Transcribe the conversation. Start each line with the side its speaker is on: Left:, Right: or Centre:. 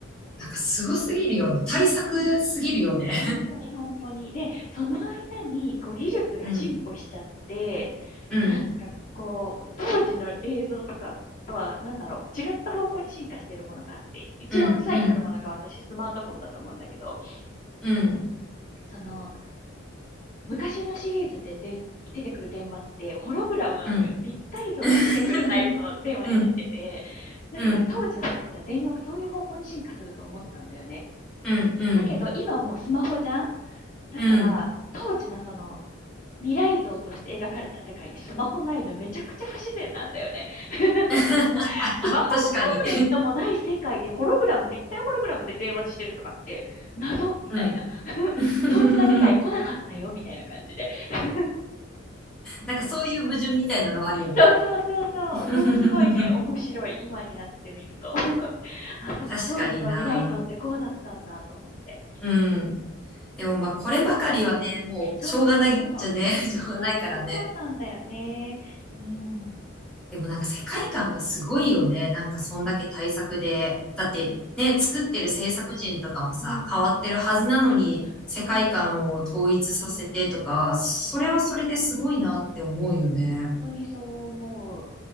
Centre: なんかすごすぎるよね。対策すぎるよね。
Left: うん。ほんとにほんとに。で、その間に、こう、技術が進歩しちゃって、
Centre: うん、うん、
Left: なんかこう、当時の映像とかとは、なんだろう、違った方向に進化してるものがあって、一番最たるものが私、
Centre: うん、うん、
Left: スマートフォンだと思うんだけど、
Centre: うん、
Left: あの、その、昔のシリーズでで出てくる電話って、ホログラムなのよ。
Centre: うん。
Left: 立体像が出てくるタイプの電話になってて、
Centre: <laughs> うん、
Left: だから当時の人たちは電話はそういう方向に進化すると思ったんだよね。
Centre: うん、うん、うん、
Left: だけど、今もうスマホじゃんだから、
Centre: うん。
Left: 当時のその、未来像として描かれた世界にスマホないのめちゃくちゃ不自然なんだよね。<laughs>
Centre: <laughs>
Left: スマホもタブレットもない世界でホログラム、
Centre: 確かに。
Left: 立体ホログラムで電話してるとかって、謎みたいな。
Centre: <laughs> うん。
Left: <laughs>
Centre: <laughs>
Left: そんな未来来なかったよみたいな感じで。<laughs>
Centre: なんかそういう矛盾みたいなのはあるよね。
Left: そうそうそうそう。
Centre: <laughs>
Left: それすごいね、面白い。今になってみると。<laughs> あ、そうか。
Centre: 確かにな。
Left: 当時の未来像ってこうだったんだと思って。
Centre: うん。でもまあこればかりはね、もうしょうがないっちゃね、
Left: そうそう。
Centre: <laughs> しょうがないからね。
Left: そう、そうなんだよね。うん。うん
Centre: でもなんか世界観がすごいよね。なんかそんだけ対策で。
Left: うんうん
Centre: だってね、
Left: うん、
Centre: 作ってる制作人とかもさ、
Left: うんうんうん。
Centre: 変わってるはずなのに、
Left: そう。
Centre: 世界観を統一させてとか、
Left: うんうんうん。
Centre: それはそれですごいなって思うよね。
Left: ね、本当にそう思う。